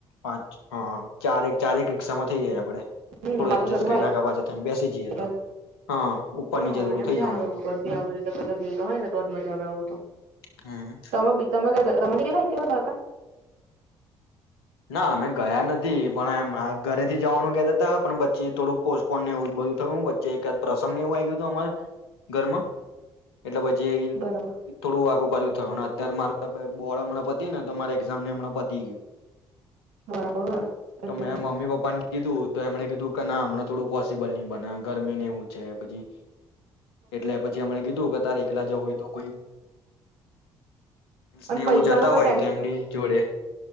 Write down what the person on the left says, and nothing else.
પાંચ અ ચારેક ચારેક પિકક્ષામાં થઈ જાયએ આપડે
થોડું
એડજસ્ટ
કરી
નાખા પાછા થઈને બેસી જઈએ
તો હા ઉપર
નીચે થોડું
થઈ
જવાનું
તો
હમ્મ.
ના અમે ગયા નથી પણ એમ મારા ઘરેથી જવાનું કેતા તા પણ પછી થોડું પોસ્ટપોન એવું જ બધું થયું ન વચ્ચે એકાદ પ્રસંગ એવું આઈ ગયું તું અમારે ઘરમાં એટલે પછી
થોડું આઘુપાછુ થયો ના અત્તારે માર બોર્ડ હમણાં પતી ને તો મારે એક્ઝામ ને હમણાં પતી ગયું.
તો મેં મમ્મી પપ્પાને કીધું તો એમણે કીધું કે ના હમણાં થોડું પોસિબલ ની બને ગરમી ને એવું છે પછી એટલે પછી હમણે કીધું કે તારે એકલા જવુ હોય તો કોઈ ડન્સને
એવું જતા
હોય તો એમની જોડે